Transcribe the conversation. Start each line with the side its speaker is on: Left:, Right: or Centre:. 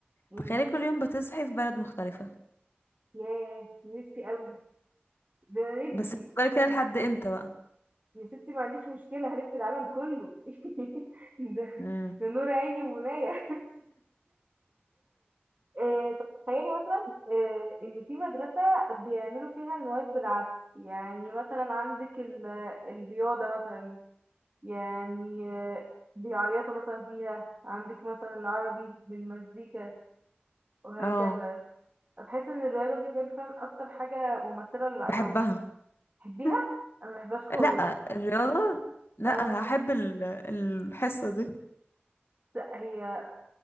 Right: مم.
Left: تخيلي كل يوم بتصحي في بلد مختلفة
Right: ياه نفسي قوي ده أنا
Left: بس
Right: نفسي
Left: هتفضلي كده لحد امتى بقى
Right: يا ستي ما عنديش مشكلة هلف العالم كله <laughs> ده,
Left: امم
Right: ده نور عيني ومناية <laughs> آه، طب تخيلي مثلا آه، إن في مدرسة بيعملوا فيها المواد بالعكس يعني مثلا عندك ال- الرياضة مثلا يعني آه، بيعيطوا مثلا فيها عندك مثلا العربي بالمزيكا وهكذا
Left: اه
Right: بحس إن الرياضة دي بجد فعلا أكتر حاجة ممثلة للعياط
Left: بحبها
Right: تحبيها؟
Left: <laughs>
Right: أنا مبحبهاش خالص
Left: لا الرياضة لا
Right: اه
Left: هحب ال- الحصة دي
Right: لا هي